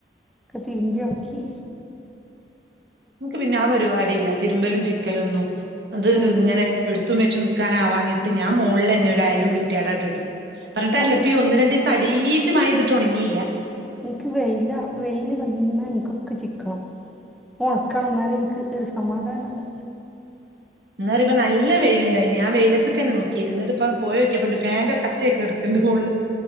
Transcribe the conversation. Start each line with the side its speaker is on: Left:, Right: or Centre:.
Centre: ഒക്കെ തിരുമ്പിയൊണക്കി
Right: ൻക്ക് പിന്നെ ആ പരിപാടി ഇല്ല തിരുമ്പലും ചിക്കലൊന്നും അത്
Centre: ഉം
Right: ഇങ്ങനെ ഇട് എടുതും വെച്ച് നിൽക്കാനാവാഞ്ഞിട്ട് ഞാൻ മോളില് തന്നെ ഒരു അയ കെട്ടിയാ യിട്ട്ടും പറഞ്ഞിട്ട് കാര്യമില്ല ഇപ്പ
Centre: എനിക്ക്
Right: ഈ ഒന്ന് രണ്ടു ദിവസം അടീച്ച് മഴ പെയ്തിട്ട് ഒണങ്ങീല.
Centre: ഇൻക് വെയിൽ വെയില് വന്നാ എനിക്കൊക്കെ ചിക്കണം. ഒണക്കണം എന്നാലേ എനിക്ക് ഒരു സമാധാനം ഉണ്ട
Right: എന്താ പറയ്ക ഇപ്പ നല്ല വെയിലുണ്ടായിനി നാ വെയിലത്തക്കന്നെ നോക്കീല എന്നിട്ടിപ്പ പോയി നോക്കിയപ്പയുണ്ട് ഫാന്റെ കച്ചൊക്കെ കെട - ന്ത്‌ പോളില്. <unintelligible>